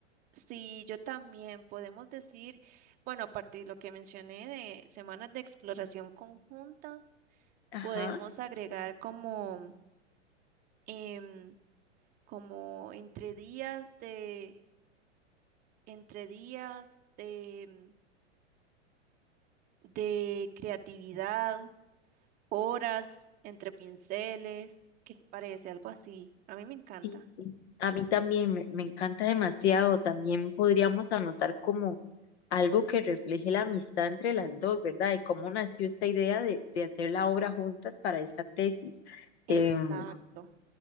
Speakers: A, on the right (about 25°); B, on the left (about 60°).
A: Sí, yo también podemos decir, bueno, a partir de lo que mencioné de semanas de exploración conjunta,
B: Ajá.
A: podemos agregar como, em, como entre días de, entre días de, de creatividad, horas entre pinceles, ¿qué te parece? Algo así. A mí me encanta.
B: Sí, sí. a mí también me, me encanta demasiado. También podríamos anotar como algo que refleje la amistad entre las dos, ¿verdad? Y cómo nació esta idea de, de hacer la obra juntas para esta tesis.
A: Exacto.
B: Em,